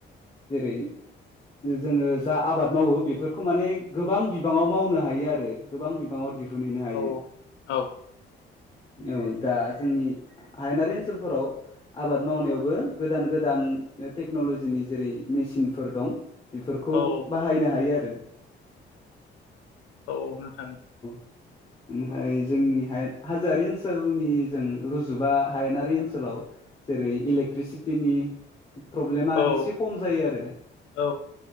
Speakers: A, on the left; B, on the left.
A: जेरै जोङो जा आबाद मावो बेफोरखौ माने गोबां बिबाङाव मावनो हायो आरो गोबां बिबाङाव दिहुन नुनो हायो
B: औ औ
A: औ दा जोंनि हायेनारि ओनसोलफोराव आबाद मावनायावबो गोदान - गोदान टेक्न'लजिनि जेरै मेचिनफोर दं बेफोरखौ
B: औ
A: बाहायनो हायो आरो
B: औ औ नोंथां
A: <unintelligible> ओमफाय जोंनि हाएद हाजोआरि ओनसोलनि जों रुजुबा हायेनारि ओनसोलाव जेरै इलेक्ट्रिसिटिनि प्रब्लेमा
B: औ
A: एसे खम जायो आरो
B: औ